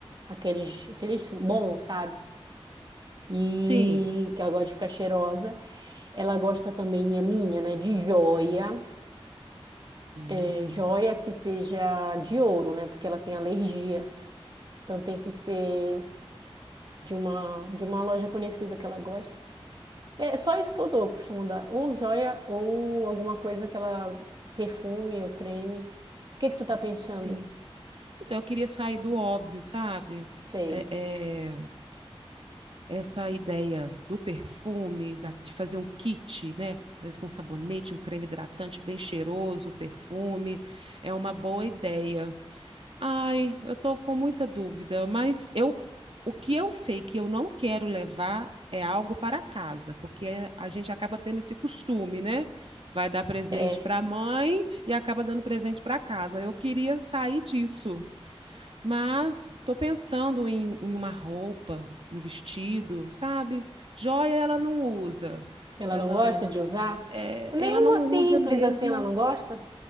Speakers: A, on the right (about 45°); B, on the right (about 65°).
A: aqueles, aqueles bons, sabe? E
B: Sim.
A: que ela gosta de ficar cheirosa. Ela gosta também, minha, minha, né? De joia.
B: Hum.
A: É, joia que seja de ouro, né? Porque ela tem alergia. Então tem que ser. de uma, de uma loja conhecida que ela gosta. É só isso que eu dou, eu costumo dar. Ou joia, ou alguma coisa que ela... Perfume ou creme. O que que tu tá pensando?
B: Sim. Então, eu queria sair do óbvio, sabe?
A: Sei.
B: É, é, essa ideia do perfume, da- de fazer um kit, né? Às vezes com um sabonete, um creme hidratante bem cheiroso, perfume, é uma boa ideia. Ai, eu tô com muita dúvida, mas eu, o que eu sei que eu não quero levar é algo para casa, porque é- a gente acaba tendo esse costume, né? Vai dar presente
A: É,
B: para a mãe e acaba dando presente para casa. Eu queria sair disso. Mas estou pensando em, em uma roupa, um vestido, sabe? Joia ela não usa.
A: ela
B: Ela,
A: não gosta de usar?
B: é,
A: Nenhuma
B: ela não
A: simples
B: usa mesmo.
A: assim ela não gosta?